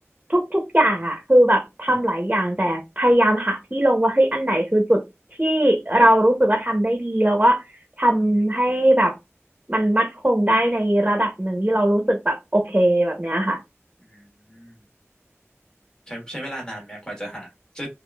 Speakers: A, on the right; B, on the left.
A: ทุกทุกอย่างอ่ะคือแบบทำหลายอย่างแต่พยายามหาที่ลงว่าเฮ้ยอันไหนคือจุดที่
B: ครับ
A: เรารู้สึกว่าทำได้ดีแล้วก็ทำให้แบบมันมั่นคงได้ในระดับหนึ่งที่เรารู้สึกแบบโอเคแบบเนี้ยค่ะ
B: อืม ใช้ใช้เวลานานไหมกว่าจะหาจะ